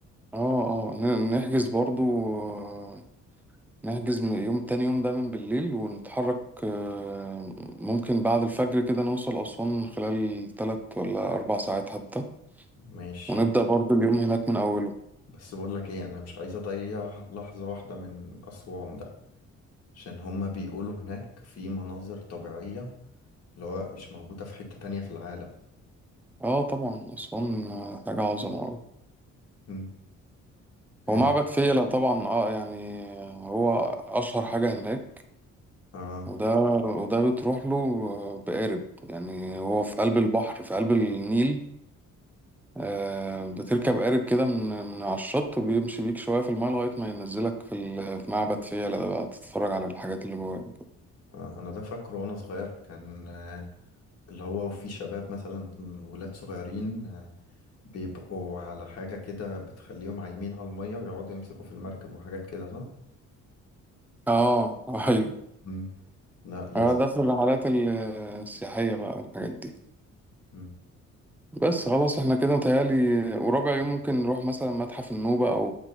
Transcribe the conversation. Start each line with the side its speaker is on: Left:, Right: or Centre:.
Centre: اه اه ن- نحجز برضو آه، نحجز من يوم تاني يوم ده من بالليل ونتحرك آه، ممكن بعد الفجر كده نوصل اسوان خلال تلات ولا اربع ساعات حتى
Left: ماشي
Centre: ونبدأ برضو اليوم هناك من اوله
Left: بس بقول لك ايه انا مش عايز اضيع لحظة واحدة من اسوان ده عشان هما بيقولوا هناك في مناظر طبيعية اللي هو مش موجودة في حتة تانية في العالم
Centre: اه طبعا اسوان آه، حاجة عظمة أوي.
Left: مم. إيه؟
Centre: هو معبد فيلة طبعا اه يعني هو اشهر حاجة هناك
Left: آه.
Centre: وده وده بتروح له بقارب يعني هو في قلب البحر في قلب النيل آه، بتركب قارب كده من من على الشط وبيمشي بيك شوية في الماء لغاية ما ينزلك في ال- في معبد فيلة ده بقى تتفرج على الحاجات اللي جواه
Left: آه. انا ده فاكره وانا صغير كان آه. اللي هو وفي شباب مثلا ولاد صغيرين آه. بيبقوا على حاجة كده بتخليهم عايمين على المية ويقعدوا يمسكوا في المركب وحاجات كده صح؟
Centre: اه ايوه
Left: مم. لا لازم
Centre: آه، ده في الرحلات ال- السياحية بقى الحاجات دي
Left: مم.
Centre: بس خلاص احنا كده متهيألي ورابع يوم ممكن نروح مثلا متحف النوبة أو